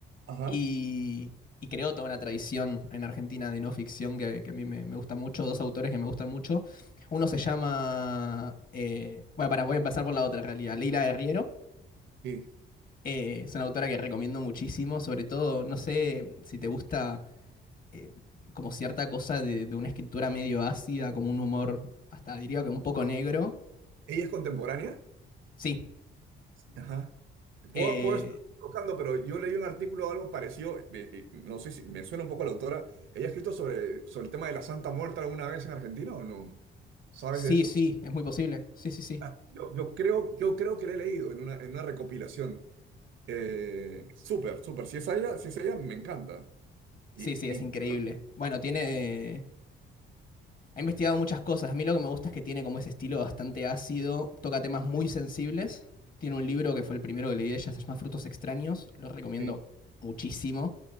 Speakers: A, on the right (about 75°); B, on the left (about 45°).
A: Ajá,
B: Y, y creó toda una tradición en Argentina de no ficción que, que a mí me, me gusta mucho, dos autores que me gustan mucho. Uno se llama, eh, bueno, para, voy a empezar por la otra en realidad, Leila Guerriero.
A: sí.
B: Eh, es una autora que recomiendo muchísimo, sobre todo, no sé si te gusta eh, como cierta cosa de, de una escritura medio ácida, como un humor, hasta diría que un poco negro.
A: ¿Ella es contemporánea?
B: Sí,
A: Sí. Ajá. Puedo,
B: eh,
A: puedo estar tocando, pero yo leí un artículo o algo parecido, eh, eh, no sé si me suena un poco a la autora. ¿Ella ha escrito sobre, sobre el tema de la Santa Muerte alguna vez en Argentina o no? ¿Sabes
B: sí,
A: de eso?
B: sí, es muy posible. Sí, sí, sí.
A: Ah, yo, yo creo, yo creo que la he leído en una, en una recopilación. Eh, súper, súper. Si es ella, si es ella, me encanta. Y,
B: Sí, sí, es
A: y,
B: increíble. Bueno, tiene... Ha investigado muchas cosas. A mí lo que me gusta es que tiene como ese estilo bastante ácido, toca temas muy
A: y-
B: sensibles. Tiene un libro que fue el primero que leí de ella, se llama Frutos Extraños. Lo recomiendo
A: Sí,
B: muchísimo.